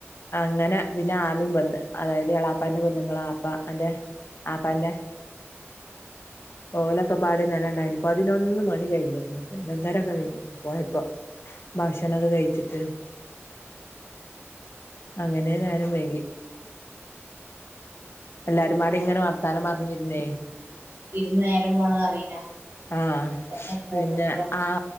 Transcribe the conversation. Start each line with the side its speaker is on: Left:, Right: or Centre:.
Left: അങ്ങനെ പിന്നെ ആമിം വന്ന് അതായത് എളാപ്പാന്റെ പെണ്ണുങ്ങളോ ആപ്പ ന്റെ ആപ്പാന്റെ ഓലൊക്കെ പാട ഇന്നലെ ണ്ടായിനു പതിനൊന്ന് മണി കഴിഞ്ക്ക്ണ് പതിനൊന്നര കഴിഞ്ഞക്കണ് പോയപ്പോ ഭക്ഷണഒക്കെ കഴിച്ചിട്ട് അങ്ങനെ നേരം വൈകി എല്ലാരുംപട ഇങ്ങനെ വർത്താനം പറഞ്ഞിരുന്നേ
Right: ഇരുന്ന് നേരം പോണന്ന് അറിയില്ല
Left: ആഹ
Right: അതന്നെ എന്തായിരുന്നു
Left: പിന്നെ
Right: പ്രശ്നം
Left: ആ